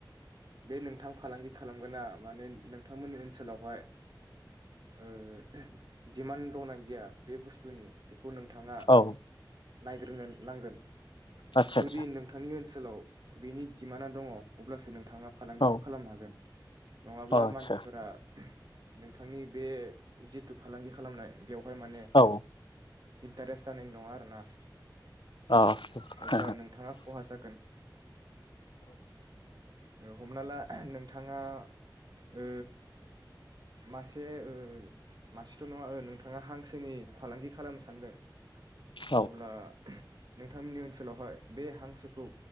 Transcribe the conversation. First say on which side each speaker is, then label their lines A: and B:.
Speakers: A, on the right; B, on the left.
A: बे नोंथां फालांगि खालामगोना माने नोंथांमोननि ओनसोलावहाय ओ दिमान्ड दंना गैया बे बुस्थुनि खौ नोंथांङा
B: औ
A: नायग्रोनो नांगोन।
B: आदसा
A: जुदि
B: आदसा
A: नोंथांनि ओनसोलाव बेनि दिमानआ दङ अब्लासो नोंथा नोंथांङा फालांगिखौ
B: औ
A: खालामनो हागोन। नङाब्ला
B: आदसा
A: मानसिफोरा नोंथांनि बे जिथु फालांगि खालामनाय बेव बेवहाय माने
B: औ
A: इन्टारेस्ट जानाय नङा आरोना?
B: अ
A: अब्ला
B: औ
A: नोंथांङा खहा जागोन। ओ हमना ला नोंथांङा ओ मासे ओ मासेथ नङा ओ नोंथांङा हांसो <unintelligible> फालांगि खालामनो सानदों।
B: औ
A: अब्ला नोंथांमोननि ओनस सोलावहाय बे हांसोखौ